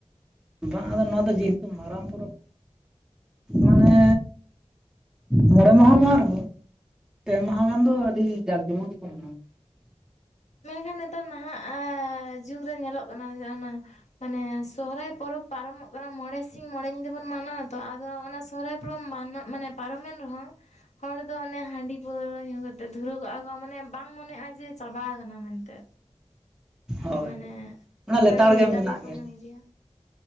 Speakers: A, in the centre; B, on the left (about 80°).
A: ᱵᱟᱝ ᱟᱫᱚ ᱱᱚᱣᱟ ᱫᱚ ᱡᱮᱦᱮᱛᱩ ᱢᱟᱨᱟᱝ ᱯᱚᱨᱚᱵᱽ ᱢᱟᱱᱮ ᱢᱚᱬᱮ ᱢᱟᱦᱟ ᱢᱟ ᱵᱟᱝ ᱨᱦᱚᱸ ᱯᱮ ᱢᱟᱦᱟ ᱜᱟᱱ ᱫᱚ ᱟᱹᱰᱤ ᱡᱟᱠ ᱡᱮᱢᱚᱱ ᱜᱮᱠᱚ ᱢᱟᱱᱟᱣᱟ
B: ᱢᱮᱱᱠᱷᱟᱱ ᱱᱮᱛᱟᱨ ᱱᱟᱦᱟᱜ ᱟᱻ ᱡᱩᱜᱽᱨᱮ ᱧᱮᱞᱚᱜ ᱠᱟᱱᱟ ᱡᱮ ᱚᱱᱟ ᱢᱟᱱᱮ ᱥᱚᱦᱨᱟᱭ ᱯᱚᱨᱚᱵᱽ ᱯᱟᱨᱚᱢᱚᱜ ᱠᱟᱱᱟ ᱢᱚᱬᱮ ᱥᱤᱧ ᱢᱚᱬᱮ ᱧᱤᱫᱟᱹ ᱵᱚᱱ ᱢᱟᱱᱟᱣᱟ ᱛᱚ ᱟᱫᱚ ᱚᱱᱟ ᱥᱚᱦᱨᱟᱭ ᱩᱯᱨᱢ ᱢᱟᱱᱟ ᱢᱟᱱᱮ ᱯᱟᱨᱚᱢᱮᱱ ᱨᱮᱦᱚᱸ ᱦᱚᱲ ᱫᱚ ᱦᱟᱱᱮ ᱦᱟᱺᱰᱤ ᱯᱟᱹᱣᱨᱟᱹ ᱧᱩ ᱠᱟᱛᱮᱫ ᱫᱷᱩᱨᱟᱹᱣ ᱠᱚᱜᱼᱟ ᱠᱚ ᱢᱟᱱᱮ ᱵᱟᱝ ᱢᱚᱱᱮᱜᱼᱟ ᱡᱮ ᱪᱟᱵᱟ ᱠᱟᱱᱟ ᱢᱮᱱᱛᱮ
A: ᱦᱳᱭ
B: ᱢᱟᱱᱮ
A: ᱦᱳᱭ ᱚᱱᱟ
B: ᱚᱱᱠᱟᱜᱮ
A: ᱜᱮ
B: ᱞᱮᱛᱟᱲ
A: ᱢᱮᱱᱟᱜ
B: ᱜᱮᱠᱚ
A: ᱜᱮᱭᱟ
B: ᱧᱩ ᱤᱫᱤᱭᱟ